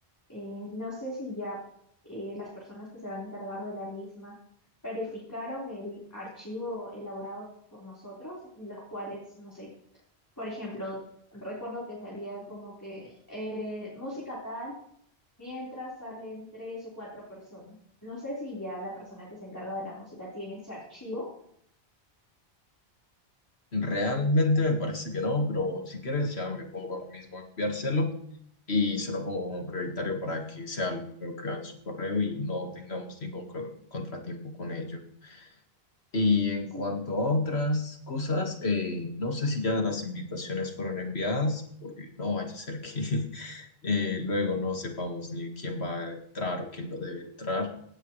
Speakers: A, on the left; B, on the left.
A: eh, no sé si ya eh, las personas que se van a encargar de la misma verificaron el archivo elaborado por nosotros, en los cuales, no sé, por ejemplo, recuerdo que salía como que eh, música tal mientras salen tres o cuatro personas. No sé si ya la persona que se encarga de la música tiene ese archivo.
B: Realmente me parece que no, pero si quieres ya me pongo ahora mismo a enviárselo y se lo pongo como prioritario para que sea lo primero que vean en su correo y no tengamos ningún co- contratiempo con ello. Y en
A: Sí.
B: cuanto a otras cosas, eh, no sé si ya las invitaciones fueron enviadas, porque no vaya a ser que <laughs> eh, luego no sepamos ni quién va a entrar o quién no debe entrar,